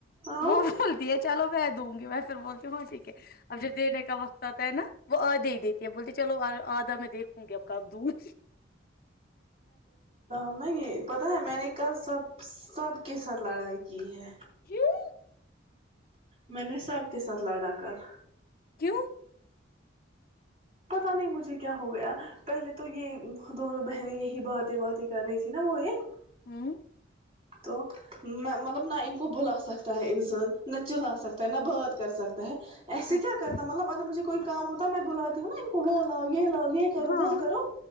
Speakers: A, on the right; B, on the left.
A: آؤ
B: وہ بولتی ہے چلو میں دوں گی میں پھر بولتی ہوں ہاں ٹھیک ہے اب جب دینے کا وقت ہوتا ہے نا وہ ا دے دیتی بولتی چلو آھا میں دیک کن گ کا دودھ
A: نہیں یہ پتاہ ہے میں نے کل سب سب کے ساتھ لڑائی کی ہے
B: کیوں
A: میں نے سب کے ساتھ لڑا کل
B: کیوں
A: پتا نہیں مجھے کیا ہو گیا پہلے تو یہ دونوں بہنیں یہی باتیں باتیں کر رہی تھی نا وہ یہ
B: ہوں
A: تو میں مطلب نہ ان کو بلا سکتا ہے انسان نہ چلا سکتا ہے نہ بات کر سکتا ہے ایسے
B: اچھا
A: کیا کرتا مطلب اگر مجھے کوئی کام ہوتا میں بلاتی ہوں نا ان کو وہ لا یہ لا یہ کرو
B: ہاں
A: وہ کرو